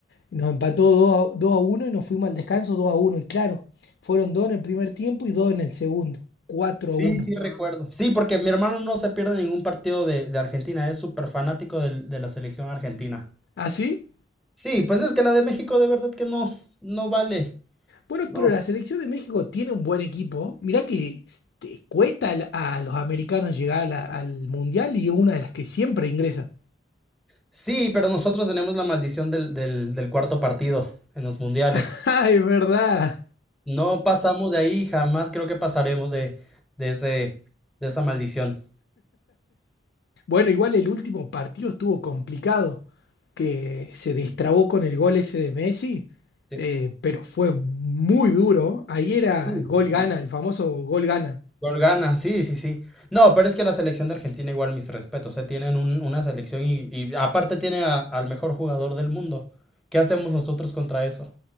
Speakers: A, on the left (about 65°); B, in the centre.
A: Nos empató 2 a, uno y nos fuimos al descanso 2 a uno Y claro, fueron 2 en el primer tiempo y 2 en el segundo. cuatro
B: Sí,
A: a 1.
B: sí, recuerdo. Sí, porque mi hermano no se pierde ningún partido de, de Argentina, es súper fanático del- de, la selección argentina.
A: ¿Así?
B: Sí, pues es que la de México de verdad que no, no vale.
A: Bueno,
B: No.
A: pero la selección de México tiene un buen equipo. Mirá que te cuesta al- a los americanos llegar a la- al Mundial y es una de las que siempre ingresa.
B: Sí, pero nosotros tenemos la maldición del, del, del cuarto partido en los mundiales.
A: <laughs> Ah, es verdad.
B: No pasamos de ahí, jamás creo que pasaremos de, de ese, de esa maldición.
A: Bueno, igual el último partido estuvo complicado, que se destrabó con el gol ese de Messi,
B: De-
A: eh, pero fue muy duro. Ahí era
B: Sí,
A: gol
B: sí, sí.
A: gana, el famoso gol gana.
B: Gol gana, sí, sí, sí. No, pero es que la selección de Argentina igual mis respetos, se Tienen un- una selección y, y aparte tiene a- al mejor jugador del mundo. ¿Qué hacemos nosotros contra eso?